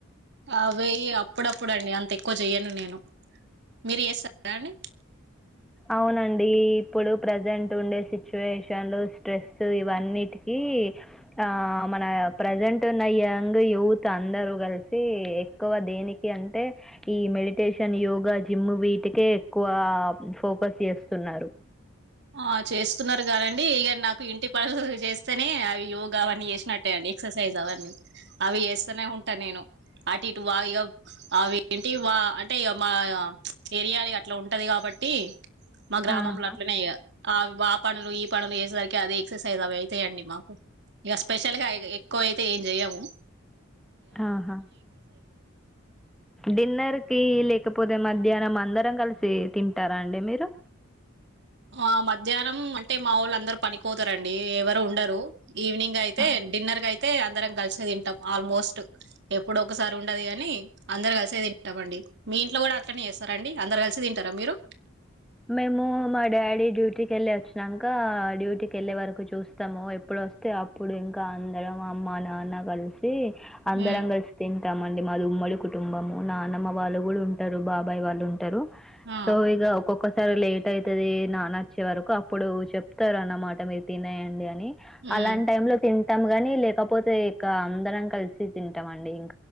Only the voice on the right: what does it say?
అవేయ్ అప్పుడప్పుడు అండి అంత ఎక్కువ చెయ్యను నేను మీరు చేస్తారా అండి.
ఆ చేస్తున్నారు కానండి ఇగ నాకు ఇంటి పనులు చేస్తేనే అవి యోగ్ గ అవన్నీ చేసినట్టే అండి ఎక్సర్సైజ్ అవన్నీ అవి చేస్తనే ఉంటా నేను అటు ఇటు వా ఇగ అవెంటి వా అంటే ఇగ మా ఏరియా అట్లా ఉంటది కాబట్టి మా గ్రామంలో
అట్లనే ఇగ అవి బ పనులు ఈ పనులు చేసేసరికి అదే ఎక్సర్సైజ్ అవే అయితాయండి మాకు, ఇగ స్పెషల్ గా ఎక్కువ అయితే ఏం చెయము.
ఆ మధ్యాహ్నం అంటే మావోళ్ళు అందరు పనికిపోతారండి ఎవరు ఉండరు. ఈవినింగ్ అయితే
డిన్నర్ కై తే అందరం కలిస తింటాం ఆల్మోస్ట్ ఎప్పుడో ఒకసారి ఉండదు కానీ అందరు కలిసే తింటాం అండి మీ ఇంట్లో కూడా అట్లనే చేస్తారా అండి అందరు కలిసి తింటారా మీరు
హ్మ్
ఆ
హ్మ్